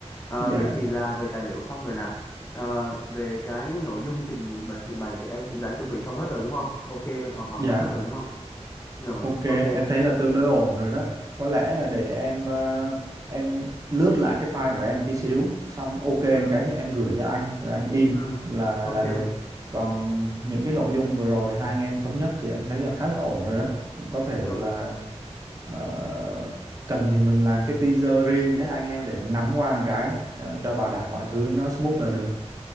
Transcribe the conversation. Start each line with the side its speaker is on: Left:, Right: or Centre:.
Left: Ờ,
Right: dạ
Left: vậy thì là về tài liệu xong rồi nè Ờ, về cái nội dung trình bài, trình bày thì em cũng đã chuẩn bị xong hết rồi đúng không? Ok, hòm hòm
Right: dạ
Left: xong hết rồi đúng không? Rồi,
Right: Ok,
Left: ok.
Right: em thấy là tương đối ổn rồi đó. Có lẽ là để em ờ, em lướt lại cái file của em tí xíu, xong ok một
Left: Ừ,
Right: cái thì em gửi cho anh rồi anh in
Left: ừ,
Right: là
Left: ok.
Right: là được. Còn những cái nội dung vừa rồi hai anh em thống nhất thì em thấy là khá là ổn rồi đó. Có thể
Left: Rồi.
Right: là ờ, cần thì mình làm cái teaser riêng giữa hai anh em để mình nắm qua một cái ờ, cho bảo đảm mọi thứ nó smooth là được.